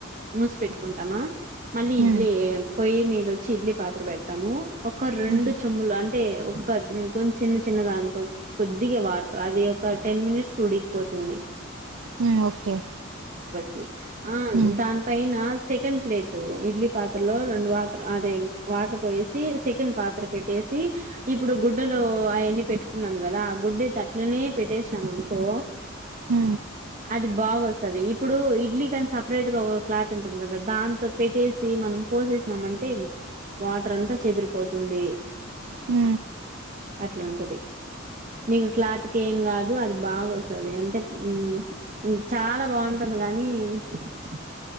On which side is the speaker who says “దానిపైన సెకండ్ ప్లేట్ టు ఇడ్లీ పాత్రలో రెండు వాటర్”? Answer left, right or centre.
Right